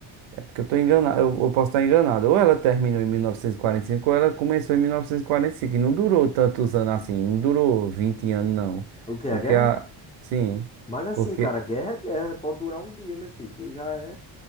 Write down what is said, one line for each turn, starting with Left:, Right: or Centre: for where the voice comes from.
Right: É porque eu tô enganado, eu, eu posso estar enganado. Ou ela terminou em 1945 ou ela começou em mil novecentos E quarenta e e cinco E não durou tantos anos assim, não durou 20 anos, não.
Left: O que
Right: Porque
Left: é a guerra?
Right: a. Sim.
Left: Mas assim,
Right: Porque.
Left: cara, guerra é guerra, né? Pode durar um dia, meu filho. Que já é.